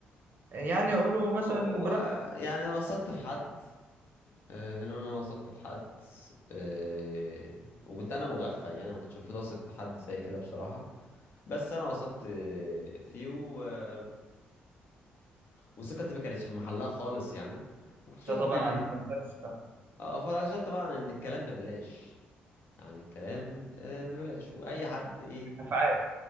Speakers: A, on the right; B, on the left.
A: يعني أقوله مثلا
B: هو
A: برأيك
B: يعني وثقت في حد آه، خلينا نقول إن انا وثقت في حد آه، وكنت انا مغفل يعني ما كنتش المفروض اثق في حد زي كده بصراحة بس انا وثقت آه، فيه و... آه، وثقتي ما كانتش في محلها خالص يعني واكتشفت
A: ده طبعا
B: ان
A: علمك بس طبعاً.
B: اه فاكتشفت طبعا ان الكلام ببلاش يعني الكلام آه، ببلاش واي حد ايه
A: أفعال